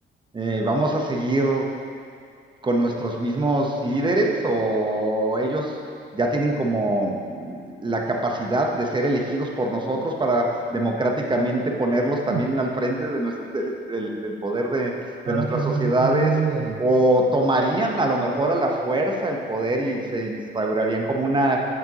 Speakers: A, on the right (about 25°); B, on the right (about 60°).
A: eh, ¿vamos a seguir con nuestros mismos líderes o ellos ya tienen como la capacidad de ser elegidos por nosotros para democráticamente ponerlos también
B: Mm,
A: al frente de nues- de- del, del poder de,
B: para
A: de nuestras
B: que
A: sociedades?
B: nos, li- nos lideren.
A: ¿O tomarían a lo mejor a la fuerza el poder y se instaurarían como una...